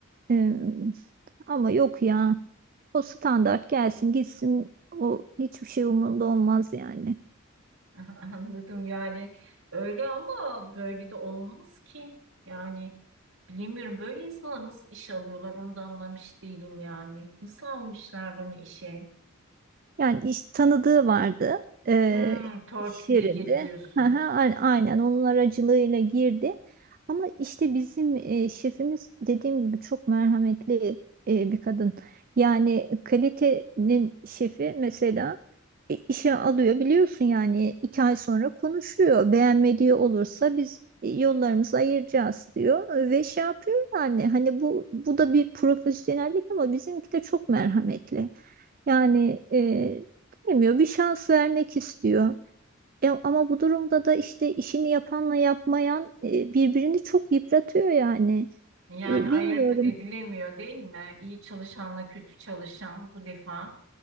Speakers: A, on the right; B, on the right.
A: E, ama yok ya. O standart gelsin gitsin. O hiçbir şey umurunda olmaz yani.
B: <laughs> Anladım yani öyle ama böyle de olmaz ki. Yani bilemiyorum böyle insanlar nasıl iş alıyorlar onu da anlamış değilim yani. Nasıl almışlar bunu işe?
A: Yani iş tanıdığı vardı eee
B: Hmm, torpilli
A: iş yerinde.
B: gir diyorsun.
A: <laughs> Aha, a- Aynen onun aracılığıyla girdi. Ama işte bizim eee, şefimiz dediğim gibi çok merhametli eee, bir kadın. Yani kalitenin şefi mesela e, işe alıyor biliyorsun yani iki ay sonra konuşuyor. Beğenmediği olursa biz e, yollarımızı ayıracağız diyor ve şey yapıyor yani hani bu bu da bir profesyonellik ama bizimki de çok merhametli. Yani e, bilmiyor bir şans vermek istiyor. E, ama bu durumda da işte işini yapanla yapmayan e, birbirini çok yıpratıyor yani.
B: Yani
A: E, bilmiyorum.
B: ayırt edilemiyor değil mi? İyi çalışanla kötü çalışan bu defa.